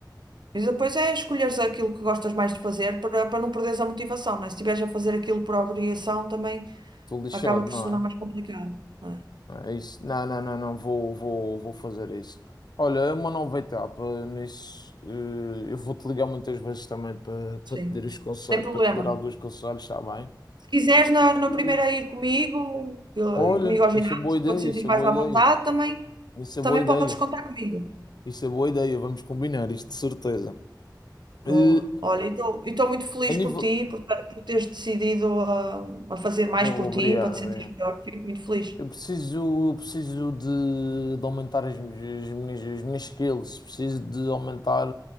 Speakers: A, on the right; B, on the left.
A: E depois é escolheres aquilo que gostas mais de fazer para, para não perderes a motivação, não é? Se estiveres a fazer aquilo por obrigação, também.
B: Estou lixado,
A: acaba por
B: não
A: se tornar
B: é?
A: mais complicado, não é?
B: É isso. Não, não, não, não, vou, vou, vou fazer isso. Olha, é uma nova etapa nisso. eh, Eu vou-te ligar muitas vezes também para para
A: Sim,
B: te dar os conselhos,
A: sem problema.
B: para te dar alguns conselhos, está bem?
A: Se quiseres na,
B: Eh,
A: na primeira ir comigo, eu-
B: Olha,
A: ir comigo ao ginásio,
B: isso é boa ideia,
A: para te sentir
B: isso
A: mais
B: é boa
A: à
B: ideia.
A: vontade também,
B: Isso é
A: também
B: boa ideia.
A: podes contar comigo.
B: Isso é boa ideia. Vamos combinar isto, de certeza.
A: Boa.
B: Eh,
A: Olha, e estou muito feliz
B: A nível.
A: por ti, por, por teres decidido a, a fazer mais
B: Bom,
A: por ti,
B: obrigado,
A: para te sentir
B: obrigado.
A: melhor. Fico muito feliz.
B: Eu preciso, eu preciso de, de aumentar as, minhas, as minhas as minhas skills, preciso de aumentar